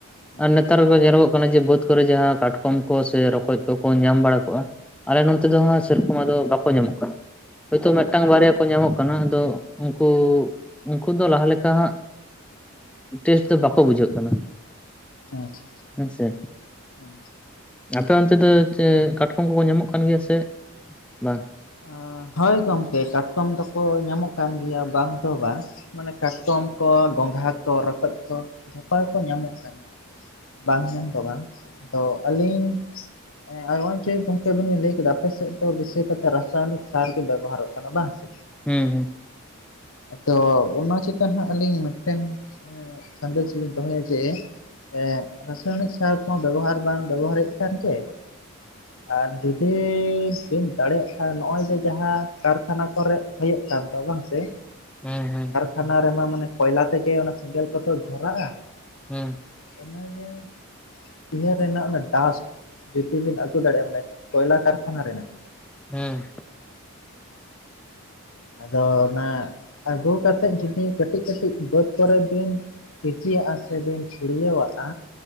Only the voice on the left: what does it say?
ᱦᱩᱸ
ᱦᱩᱸ ᱟᱪᱪᱷᱟ
ᱦᱩᱸ
ᱮᱸ ᱦᱳᱭ ᱜᱚᱝᱠᱮ ᱠᱟᱴᱠᱚᱢ ᱫᱚᱠᱚ ᱧᱟᱢᱚᱜ ᱠᱟᱱ ᱜᱮᱭᱟ ᱵᱟᱝ ᱫᱚ ᱵᱟᱝ ᱢᱟᱱᱮ ᱠᱟᱴᱠᱚᱢ ᱠᱚ ᱜᱚᱝᱜᱷᱟ ᱠᱚ ᱨᱟᱹᱠᱚᱡ ᱠᱚ, ᱡᱷᱚᱛᱚ ᱜᱮᱠᱚ ᱧᱟᱢᱚᱜ ᱠᱟᱱᱟ᱾ ᱵᱟᱝ ᱧᱟᱢ ᱫᱚ ᱵᱟᱝ, ᱛᱚ ᱟᱹᱞᱤᱧ ᱦᱚᱸᱜᱼᱚᱭ ᱡᱮ ᱜᱚᱝᱠᱮ ᱟᱵᱤᱱ ᱵᱤᱱ ᱞᱟᱹᱭ ᱠᱮᱫᱟ ᱟᱯᱮ ᱥᱮᱫ ᱫᱚ ᱵᱤᱥᱚᱭ ᱠᱟ ᱨᱟᱥᱟᱭᱚᱱᱤᱠ ᱥᱟᱨ ᱜᱮ ᱵᱮᱵᱚᱦᱟᱨᱚᱜ ᱠᱟᱱᱟ, ᱵᱟᱝ ᱥᱮ?
ᱟᱫᱚ ᱚᱱᱟ ᱪᱮᱛᱟᱱ ᱦᱟᱜ ᱟᱹᱞᱤᱧ ᱢᱤᱫᱴᱮᱱ ᱥᱟᱫᱮᱥ ᱞᱤᱧ ᱫᱚᱦᱚᱭᱟ ᱡᱮ ᱮ ᱨᱟᱥᱟᱭᱚᱱᱤᱠ ᱥᱟᱨ ᱠᱚᱢᱟ ᱵᱮᱵᱚᱦᱟᱨ ᱵᱟᱝ ᱵᱮᱵᱚᱦᱟᱨᱮᱫ ᱠᱷᱟᱱ ᱜᱮ ᱟᱨ ᱡᱩᱫᱤ ᱥᱤᱱ ᱫᱟᱲᱮᱭᱟᱜ ᱟᱨ ᱱᱚᱜᱼᱚᱭ ᱡᱮ ᱡᱟᱦᱟᱸ ᱠᱟᱨᱠᱷᱟᱱᱟ ᱠᱚᱨᱮ ᱦᱩᱭᱩᱜ ᱠᱟᱱ ᱫᱚ ᱵᱟᱝ ᱥᱮ,
ᱦᱟᱱᱟ ᱨᱮᱢᱟ ᱢᱟᱱᱮ ᱠᱚᱭᱞᱟ ᱛᱮᱜᱮ ᱚᱱᱟ ᱥᱮᱸᱜᱮᱞ ᱠᱚᱫᱚ ᱫᱷᱚᱨᱟᱜ-ᱟ᱾
ᱤᱱᱟ ᱜᱮ, ᱤᱭᱟᱹ ᱨᱮᱱᱟᱜ ᱚᱱᱟ ᱰᱟᱥᱴ, ᱡᱩᱫᱤ ᱵᱤᱱ ᱟᱹᱜᱩ ᱫᱟᱲᱮᱭᱟᱜᱼᱟ ᱢᱟᱱᱮ ᱠᱚᱭᱞᱟ ᱠᱟᱨᱠᱷᱟᱱᱟ ᱨᱮᱱᱟᱜ,
ᱟᱫᱚ ᱚᱱᱟ ᱟᱹᱜᱩ ᱠᱟᱛᱮᱫ ᱡᱩᱫᱤ ᱠᱟᱹᱴᱤᱡ ᱠᱟᱹᱴᱤᱡ ᱵᱟᱹᱫ ᱠᱚᱨᱮ ᱵᱤᱱ ᱤᱨᱪᱤᱭᱟᱼᱟ ᱥᱮ ᱵᱤᱱ ᱪᱷᱩᱲᱭᱟᱹᱣᱟᱜᱼᱟ,